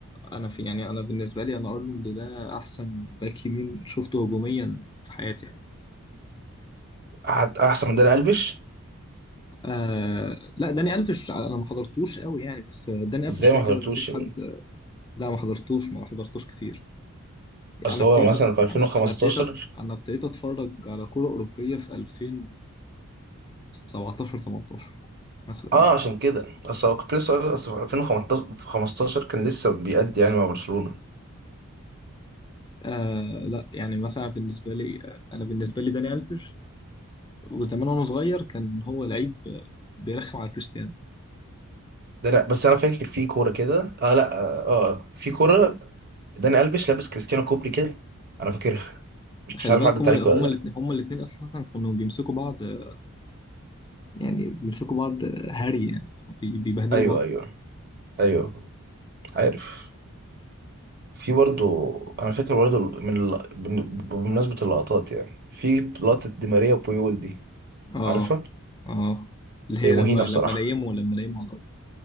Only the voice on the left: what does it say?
أنا في يعني أنا بالنسبة لي أنا أرنولد ده أحسن باك يمين شفته هجوميا في حياتي يعني
آه لا داني ألفيش أنا ما حضرتوش قوي يعني بس آه، داني ألفيش
كده
كده ما فيش
حد
لا ما حضرتوش ما حضرتوش كتير
انا ابتديت
أت-
انا انا ابتديت أت- انا ابتديت اتفرج على كرة أوروبية في 2017 18 مثلا
يعني
آه لا يعني مثلا بالنسبة لي آه، انا بالنسبة لي داني ألفيش وزمان وانا صغير كان هو لعيب آه، بيرخم على كريستيانو
خلي
بالك
هما
هما
الاثنين هما الاثنين اساسا كانوا بيمسكوا بعض آه، يعني بيمسكوا بعض آه، هري يعني كانوا بي- بيبهدلوا
بعض
اه
اه اللي هي
لما
لما نيموا لما نيموا على الارض